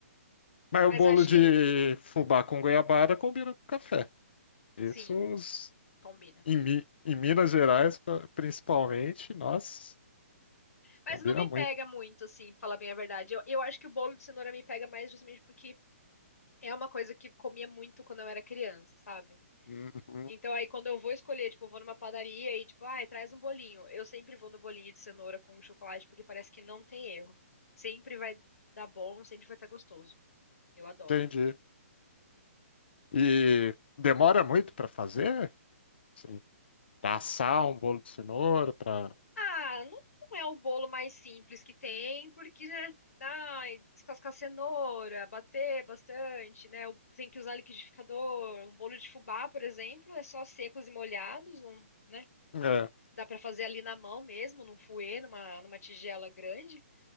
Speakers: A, on the left (about 45°); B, on the left (about 85°).
A: Mas o
B: Mas
A: bolo
B: acho
A: de
B: que
A: fubá com goiabada combina com café. Isso
B: sim,
A: os-
B: combina.
A: em, Mi- em Minas Gerais, pra- principalmente, nossa,
B: Mas
A: combina
B: não me
A: muito.
B: pega muito, assim, pra falar bem a verdade. Eu, eu acho que o bolo de cenoura me pega mais justamente porque é uma coisa que comia muito quando eu era criança, sabe?
A: Uhum,
B: Então aí quando eu vou escolher, tipo, eu vou numa padaria e tipo, ai, traz um bolinho. Eu sempre vou no bolinho de cenoura com chocolate porque parece que não tem erro. Sempre vai dar bom, sempre vai estar gostoso. Eu adoro.
A: entendi. E demora muito para fazer? Assim, assar um bolo de cenoura para.
B: Ah, não, não é o bolo mais simples que tem, porque, né? Ai, descascar cenoura, bater bastante, né? o- Tem que usar liquidificador. Um bolo de fubá, por exemplo, é só secos e molhados, não, né?
A: É.
B: Dá pra fazer ali na mão mesmo, num fouet, numa, numa tigela grande.